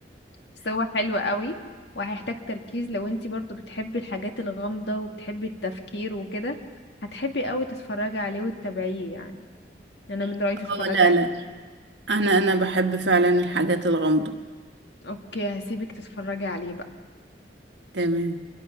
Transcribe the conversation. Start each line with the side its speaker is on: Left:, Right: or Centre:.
Left: بس هو حلو قوي وهيحتاج تركيز لو انتي برضو بتحبي الحاجات الغامضة وبتحبي التفكير وكده هتحبي قوي تتفرجي عليه وتتابعيه يعني انا من رأيي
Right: <laughs>
Left: تتفرجي
Right: اه لا
Left: عليه
Right: لا أنا أنا بحب فعلا الحاجات الغامضة
Left: اوكي هسيبك تتفرجي عليه بقى
Right: تمام